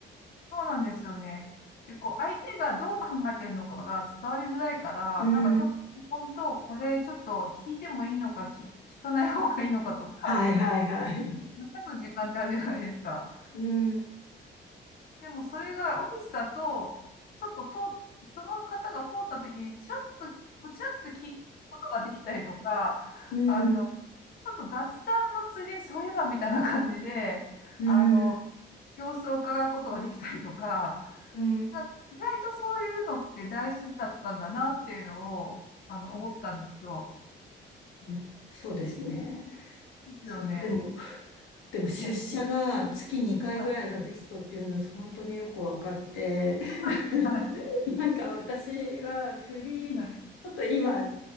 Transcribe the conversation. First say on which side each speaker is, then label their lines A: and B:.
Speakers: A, on the left; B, on the left.
A: そうなんですよね。でこう相手がどう考えてるのかが伝わりづらいから、
B: うん。
A: なんかちょっと、本当、これちょっと聞いてもいいのか、き、聞かない方がいいのかとか、
B: はいはいはい。
A: 悩む時間ってあるじゃないですか。
B: うん。
A: でもそれがオフィスだと、ちょっと通っ、人の方が通った時に、ちょっと、こうちらっと聞くことができたりとか、
B: うん、
A: あの、ちょっと雑談のついでに、そういえばみたいな感じで、
B: うん、
A: あの、様子を伺うことができたりとか、
B: うん、
A: なんか意外とそういうのって大事だったんだなっていうのを、あの、思ったんですよ。
B: うんそうですね。
A: ですよね。
B: そう、でも、でも出社が月2回ぐらいがベストっていうのは本当によく分かって、
A: はい。は
B: <laughs>
A: い。
B: なんか私はフリー、
A: はい。
B: ちょっと今違